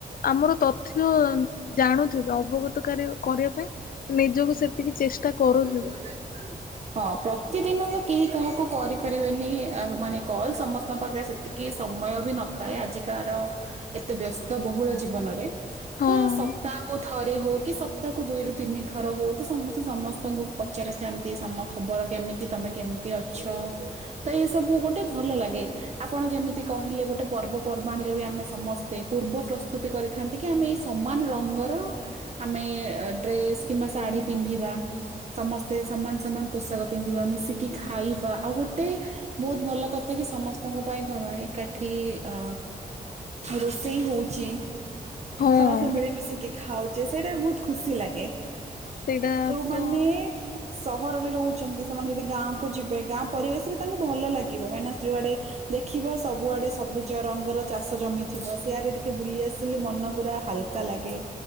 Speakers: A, on the left; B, on the right.
A: ଆମର ତଥ୍ୟ ଜାଣୁଥିବେ ଅବଗତ କରିବା ପାଇଁ ନିଜକୁ ସେତିକି ଚେଷ୍ଟା କରୁଥିବେ
B: ମୁ କହି ହଁ ପ୍ରତିଦିନ ତ କେହି କାହା କୁ କରିପାରିବେନି ଆ ମାନେ କଲ ସମସ୍ତଙ୍କ ପାଖରେ ସେତିକି ସମୟ ବି ନଥାଏ ଆଜିକାାର ଏତେ ବ୍ୟସ୍ତ ବହୁଳ ଜୀବନରେ
A: ହଁ
B: ତ ସପ୍ତାହକୁ ଥରେ ହ କି ତାକୁ ଦୁଇରୁୁ ତିନି ଥର ହଉ ତ ସମସ୍ତେ ସମସ୍ତେ ତଙ୍କୁ ପଚାରିଥାନ୍ତି ସମ ଖବର କେମିତି ତମେ କେମିତି ଅଛ ତ ଏଇସବୁ ଗୋଟେ ଭଲ ଲାଗେ ଆପଣ ଯେମିତି କହିଲେ ଗୋଟେ ପର୍ବପର୍ବାଣିରେ ବି ଆମେ ସମସ୍ତେ ପୂର୍ବ ପ୍ରସ୍ତୁତି କରିଥାନ୍ତି କି ଆମେ ଏଇ ସମାନ ରଙ୍ଗର ଆମେ ଡ୍ରେସ୍ କିମ୍ବା ଶାଢ଼ୀ ପିନ୍ଧିବା ସମସ୍ତେ ସମାନ ସମାନ ପୋଷକ ପିନ୍ଧିବା ମିଶିକି ଖାଇବା ଆଉ ଗୋଟେ ବହୁତ ଭଲ କଥା କି ସମସ୍ତଙ୍କ ପାଇଁ କଣ ଏକାଠି ଅ ରୋଷେଇ ହଉଛି
A: ହଁ
B: ସମସ୍ତେ ମିଳିମିଶିକି ଖାଉଛି ଯେ ସେଇଟା ବି ବହୁତ ଖୁସି ଲାଗେ
A: ସେଇଟା
B: ମନେ
A: ତ
B: ସହରରେ ରହୁଛନ୍ତି ସେମାନେ ଯଦି ଗାଁ କ ଯିବେ ଗାଁ ପରିବେଶ ବି ତାଙ୍କୁ ଭଲ ଲାଗିବ କାହିଁକିନା ଯଉଆଡେ ଦେଖିବ ସବୁଆଡେ ସବୁଜ ରଙ୍ଗର ଚାଷ ଜମିଥିବ ସେଆଡେ ଟିକେ ବୁଲି ଆସିଲେ ମନ ପୁରା ହାଲକା ଲାଗେ